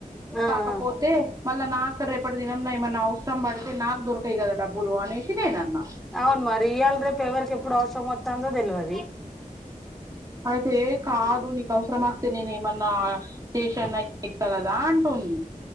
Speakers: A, in the centre; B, on the right (about 25°).
A: ఆ
B: కాకపోతే
A: ఆ
B: మళ్ళా నాతో రేపటి దినమున ఏమన్నా ఆవస సరం బడితే నాకు దొరకవ్ గదా డబ్బులు అనేసి నేను అన్న
A: అవును మరి ఇయల రేపు ఎవరికి ఎప్పుడు అవసరం వత్తాందో తెలవది
B: అయితే కాదు నీకు అవసరమా అయితే నేను ఏమన్నా పేషియన్ ఇత్త కదా అంటుంది